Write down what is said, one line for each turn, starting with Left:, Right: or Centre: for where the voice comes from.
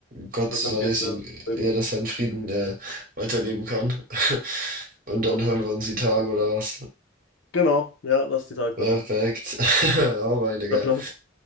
Right: Gott
Left: Das
Right: sei
Left: ist empfehlenswert.
Right: es ihm,
Left: Sehr
Right: ja,
Left: gut.
Right: dass er in Frieden äh, weiterleben kann. <laughs> Und
Left: Das
Right: dann
Left: hoffen
Right: hören
Left: wir doch.
Right: wir uns die Tage oder was?
Left: Genau, ja, lass die Tage
Right: Perfekt.
Left: quatschen.
Right: <laughs> Hau rein, Digga.
Left: Ciao, ciao.